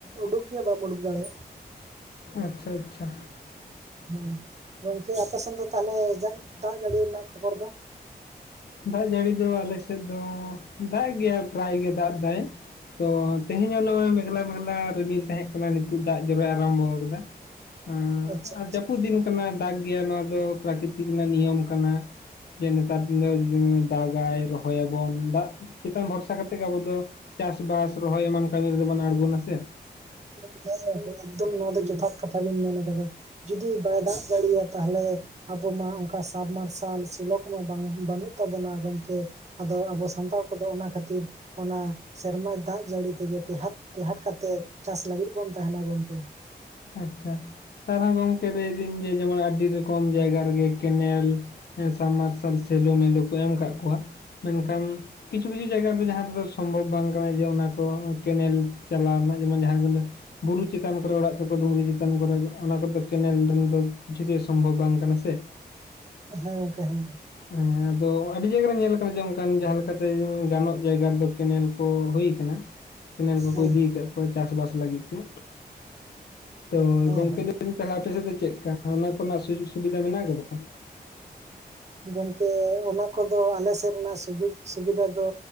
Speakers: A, on the right (about 40°); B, on the left (about 75°).
A: ᱩᱰᱩᱠ ᱜᱮ ᱵᱟᱢ ᱩᱰᱩᱠ ᱫᱟᱲᱮᱭᱟᱜᱼᱟ
B: ᱟᱪᱪᱷᱟ ᱟᱪᱪᱷᱟ
A: ᱦᱩᱸ ᱜᱚᱝᱠᱮ ᱟᱯᱮ ᱥᱮᱱ ᱫᱚ ᱛᱟᱦᱞᱮ ᱡᱟᱜ ᱫᱟᱜ ᱡᱟᱹᱲᱤ ᱨᱮᱱᱟᱜ ᱠᱷᱚᱵᱚᱨ ᱫᱚ
B: ᱫᱟᱜ ᱡᱟᱹᱲᱤ ᱫᱚ ᱟᱞᱮ ᱥᱮᱫ ᱫᱚ ᱫᱟᱜ-ᱮᱜ ᱜᱮᱭᱟ ᱯᱨᱟᱭ ᱜᱮ ᱫᱟᱜ ᱫᱟᱭ ᱛᱚ ᱛᱤᱦᱮᱧ ᱦᱚᱸ ᱱᱚᱜᱼᱚ ᱢᱮᱜᱞᱟ ᱢᱮᱜᱞᱟ ᱨᱤᱢᱤᱞ ᱛᱟᱦᱮᱸ ᱠᱟᱱᱟ ᱱᱤᱛᱚᱜ ᱫᱟᱜ ᱡᱚᱨᱚᱭ ᱟᱨᱟᱢᱵᱚ ᱠᱟᱫᱟ ᱦᱟᱻ
A: ᱟᱪᱪᱷᱟ
B: ᱟᱨ
A: ᱟᱪᱪᱷᱟ
B: ᱡᱟᱹᱯᱩᱫ ᱫᱤᱱ ᱠᱟᱱᱟ ᱫᱟᱜᱽ ᱜᱮ ᱱᱚᱣᱟ ᱫᱚ ᱯᱨᱟᱠᱤᱛᱤᱠ ᱨᱮᱱᱟᱜ ᱱᱤᱭᱚᱢ ᱠᱟᱱᱟ ᱡᱮ ᱱᱮᱛᱟᱨ ᱫᱤᱱ ᱫᱚ ᱫᱟᱜᱟᱭ ᱨᱚᱦᱚᱭ ᱟᱵᱚᱱ ᱫᱟᱜ ᱪᱮᱛᱟᱱ ᱵᱷᱚᱨᱥᱟ ᱠᱟᱛᱮ ᱜᱮ ᱟᱵᱚ ᱫᱚ ᱪᱟᱥᱵᱟᱥ ᱨᱚᱦᱚᱭ ᱮᱢᱟᱱ ᱠᱟᱹᱢᱤ ᱨᱮᱫᱚ ᱵᱚᱱ ᱟᱬᱜᱚᱱᱟ ᱥᱮ
A: <inaudible> ᱮᱠᱫᱚᱢ ᱱᱚᱣᱟ ᱫᱚ ᱡᱚᱛᱷᱟᱛ ᱠᱟᱛᱷᱟ ᱵᱤᱱ ᱢᱮᱱ ᱠᱟᱫᱟ ᱡᱩᱫᱤ ᱵᱟᱭ ᱫᱟᱜ ᱡᱟᱹᱲᱤᱼᱟ ᱛᱟᱦᱞᱮ ᱟᱵᱚ ᱢᱟ ᱚᱱᱠᱟ ᱥᱟᱵ ᱢᱟᱨᱥᱟᱞ ᱥᱤᱞᱳ ᱠᱚᱢᱟ <inaudible> ᱵᱟᱹᱱᱩᱜ ᱛᱟᱵᱚᱱᱟ ᱜᱚᱢᱠᱮ ᱟᱫᱚ ᱟᱵᱚ ᱥᱟᱱᱛᱟᱲ ᱠᱚᱫᱚ ᱚᱱᱟ ᱠᱷᱟᱹᱛᱤᱨ ᱚᱱᱟ ᱥᱮᱨᱢᱟ ᱫᱟᱜ ᱡᱟᱹᱲᱤ ᱛᱮᱜᱮ ᱴᱮᱦᱟᱴ ᱴᱮᱦᱟᱰ ᱠᱟᱛᱮ ᱪᱟᱥ ᱞᱟᱹᱜᱤᱫ ᱵᱚᱱ ᱛᱟᱦᱮᱱᱟ ᱜᱚᱢᱠᱮ
B: ᱟᱪᱪᱷᱟ ᱛᱟᱨᱟ ᱜᱚᱢᱠᱮ ᱞᱟᱹᱭᱫᱟᱹᱧ ᱡᱮ ᱡᱮᱢᱚᱱ ᱟᱹᱰᱤ ᱨᱚᱠᱚᱢ ᱡᱟᱭᱜᱟ ᱨᱮᱜᱮ ᱠᱮᱱᱮᱞ ᱥᱟᱵᱢᱟᱨᱥᱟᱞ ᱥᱮᱞᱳ ᱢᱮᱞᱳ ᱠᱚ ᱮᱢ ᱠᱟᱜ ᱠᱚᱣᱟ ᱢᱮᱱᱠᱷᱟᱱ ᱠᱤᱪᱷᱩ ᱠᱤᱪᱷᱩ ᱡᱟᱭᱜᱟ ᱨᱮ ᱫᱚ ᱡᱟᱦᱟᱸ ᱨᱮᱫᱚ ᱥᱚᱢᱵᱷᱚᱵᱽ ᱵᱟᱝ ᱠᱟᱱᱟ ᱡᱮ ᱚᱱᱟ ᱠᱚ ᱠᱮᱱᱮᱞ ᱪᱟᱞᱟ ᱨᱮᱱᱟᱜ ᱡᱮᱢᱚᱱ ᱡᱟᱦᱟᱸ ᱵᱩᱨᱩ ᱪᱤᱛᱟᱱ ᱠᱚᱨᱮ ᱚᱲᱟᱜ <unintelligible> ᱰᱩᱝᱨᱤ ᱪᱮᱛᱟᱱ ᱠᱚᱨᱮ ᱜᱮ ᱚᱱᱟ ᱠᱚᱛᱮ ᱠᱮᱱᱮᱞ <unintelligible> ᱤᱪᱷᱩ ᱥᱚᱢᱵᱷᱚᱵ ᱵᱟᱝ ᱠᱟᱱᱟ ᱥᱮ
A: ᱦᱮᱸ ᱜᱚᱝᱠᱮ ᱦᱮᱸ
B: ᱦᱮᱸ ᱟᱫᱚ ᱟᱹᱰᱤ ᱡᱟᱭᱜᱟ ᱨᱮ ᱧᱮᱞ ᱠᱟᱱᱟ ᱡᱮ ᱚᱱᱠᱟᱱ ᱡᱟᱦᱟᱸ ᱞᱮᱠᱟᱛᱮ ᱜᱟᱱᱚᱜ ᱡᱟᱭᱜᱟ ᱨᱮᱫᱚ ᱠᱮᱱᱮᱞ ᱠᱚ ᱦᱩᱭ ᱠᱟᱱᱟ ᱠᱮᱱᱮᱞ ᱠᱚᱠᱚ
A: ᱦᱮᱸ
B: ᱤᱫᱤ ᱠᱟᱜ ᱠᱚᱣᱟ ᱪᱟᱥ ᱵᱟᱥ ᱞᱟᱹᱜᱤᱫ ᱛᱮ ᱛᱚ
A: ᱦᱮᱸ
B: ᱜᱚᱝᱠᱮ
A: ᱦᱮᱸ
B: ᱞᱟᱹᱭ <unintelligible> ᱛᱟᱦᱞᱮ ᱟᱯᱮ ᱥᱮᱫ ᱫᱚ ᱪᱮᱫ ᱠᱟ ᱚᱱᱟ ᱠᱚᱨᱮᱱᱟᱜ ᱥᱩᱡᱩᱜᱽ ᱥᱩᱵᱤᱫᱷᱟ ᱢᱮᱱᱟᱜ ᱠᱟᱫᱟ
A: ᱜᱚᱢᱠᱮ ᱚᱱᱟ ᱠᱚᱫᱚ ᱟᱞᱮ ᱥᱮᱫ ᱨᱮᱱᱟᱜ ᱥᱩᱡᱩᱜᱽ ᱥᱩᱵᱤᱫᱟ ᱫᱚ